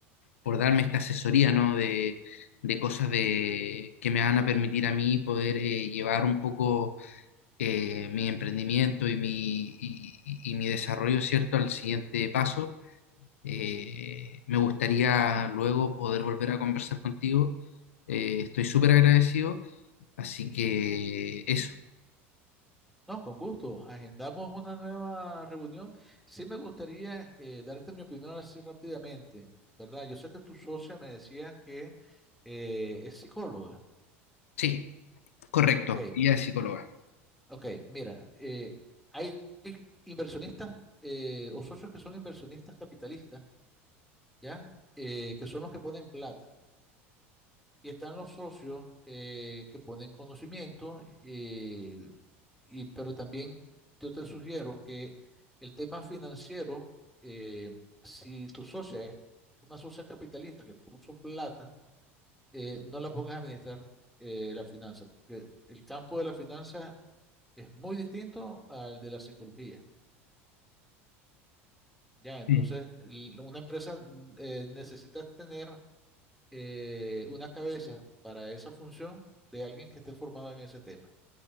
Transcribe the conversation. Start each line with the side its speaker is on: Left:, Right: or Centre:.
Left: por darme esta asesoría, ¿no? De, de cosas de, que me van a permitir a mí poder eh, llevar un poco eh, mi emprendimiento y mi, y- y- y mi desarrollo, ¿cierto?, al siguiente paso. Eh, me gustaría luego poder volver a conversar contigo. Eh, estoy súper agradecido. Así que eso,
Centre: No, con gusto. Agendamos una nueva reunión. Sí me gustaría eh, darte mi opinión así rápidamente, ¿verdad? Yo sé que tu socia me decía que eh, es psicóloga.
Left: sí, correcto,
Centre: Ok,
Left: y guía psicóloga.
Centre: ok, mira, eh, hay inversionistas eh, o socios que son inversionistas capitalistas, ¿ya? Eh, que son los que ponen plata. Y están los socios eh, que ponen conocimiento, eh, y, pero también yo te sugiero que el tema financiero, eh, si tu socia es una socia capitalista que puso plata, eh, no la pongas a administrar eh, la finanza, porque el campo de la finanza es muy distinto al de la psicología. Ya, entonces,
Left: Mm.
Centre: el- una empresa mm, eh, necesita tener eh, una cabeza para esa función de alguien que esté formado en ese tema.